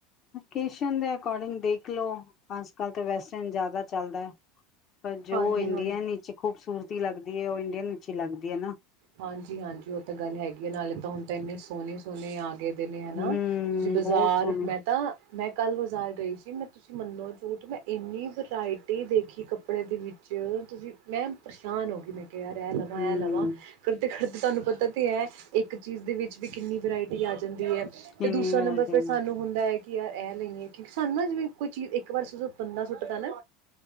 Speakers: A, on the left (about 40°); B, on the right (about 65°).
A: ਓਕੇਸ਼ਨ ਦੇ ਅਕੋਰਡਿੰਗ ਦੇਖ ਲਓ ਅੱਜ ਕੱਲ ਤੇ ਵੈਸਟਰਨ ਜਿਆਦਾ ਚੱਲਦਾ। ਪਰ ਜੋ
B: ਹਾਂਜੀ-ਹਾਂਜੀ
A: ਇੰਡੀਅਨ ਵਿੱਚ ਖੂਬਸੂਰਤੀ ਲੱਗਦੀ। ਉਹ ਇੰਡੀਅਨ ਹੀ ਲੱਗਦੀ ਹੈ ਨਾ
B: ਹਾਂਜੀ-ਹਾਂਜੀ ਉਹ ਤਾਂ ਗੱਲ ਹੈਗੀ ਆ ਨਾਲੇ ਤਾਂ ਹੁਣ ਨੇ ਸੋਹਣੇ ਸੋਹਣੇ ਆ ਗੇ ਦੇ ਨੇ ਹਨਾ
A: ਹਮ
B: ਤੁਸੀਂ ਬਾਜ਼ਾਰ
A: ਬਹੁਤ ਸੋਹਣੇ
B: ਮੈਂ ਤਾਂ ਮੈਂ ਕੱਲ੍ਹ ਬਾਜ਼ਾਰ ਗਈ ਸੀ ਮੈਂ ਤੁਸੀਂ ਮੰਨੋ ਝੂਠ ਮੈਂ ਇੰਨੀ ਵਰਾਇਟੀ ਦੇਖੀ ਕੱਪੜੇ ਦੇ ਵਿੱਚ ਤੁਸੀਂ ਮੈਂ ਪਰੇਸ਼ਾਨ ਹੋ ਗਈ ਮੈਂ ਕਿਹਾਹਿ ਰਿਹਾ। ਮੈਂ
A: ਹਮ
B: ਇ ਲਵਾ ਕਰਤੇ ਕਰਤੇ ਤੁਹਾਨੂੰ ਪਤਾ ਤਾਂ ਹੈ ਇੱਕ ਚੀਜ਼ ਦੇ ਵਿੱਚ ਵੀ ਕਿੰਨੀ ਵਰਾਇਟੀ ਆ ਜਾਂਦੀ ਹੈ।
A: ਕਿੰਨੀ
B: ਤੇ ਦੂਸਰਾ
A: ਵਰਾਇਟੀ
B: ਨੰਬਰ ਫਿਰ ਸਾਨੂੰ ਹੁੰਦਾ ਏ। ਕਿ ਯਾਰ ਇਹ ਲਈਏ ਕਿਉਂਕਿ ਸਾਨੂੰ ਨਾ ਜਿਵੇਂ ਕੋਈ ਚੀਜ਼ ਇੱਕ ਵਾਰ ਪੰਦਰਾਂ ਸੁਟਦਾ ਨਾ